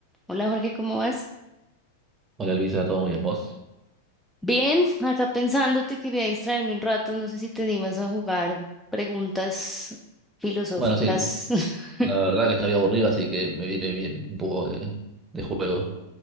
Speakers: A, in the centre; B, on the right (about 20°).
A: Hola Jorge, ¿cómo vas?
B: Hola Luisa, ¿todo muy bien vos?
A: Bien, acá pensando, te quería distraerme un rato, no sé si te animas a jugar preguntas filosóficas.
B: Bueno, sí,
A: <laughs>
B: la verdad que estaba aburrido, así que me viene bien un poco de, de juego.